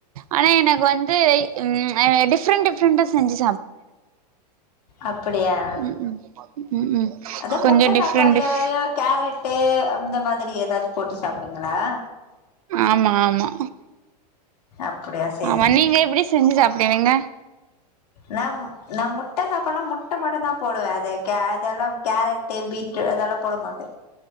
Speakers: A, on the right; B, on the left.
A: ஆனா எனக்கு வந்து இம் அ டிஃப்ரெண்ட் டிஃப்ரெண்டா செஞ்சி
B: அப்படியா
A: ம் ம் ம் ம்
B: அத
A: கொஞ்சோ
B: முட்ட
A: டிஃப்ரெண்ட்
B: சாப்பாடுலேயோ
A: டிஃப்
B: கேரட் அந்த மாதிரி எதாச் போட்டு சாப்டுவிங்களா
A: ஆமா ஆமா
B: அப்படியா சேரிங்க
A: ஆமா நீங்க எப்டி சர் செஞ்சு சாப்டுவீங்க
B: நா நா முட்ட சாப்பன்னா முட்ட மட்டுந்தா போடுவே அது கே அதெல்லா கேரட்டு பீட்ரு அதெல்லா போட மாட்டே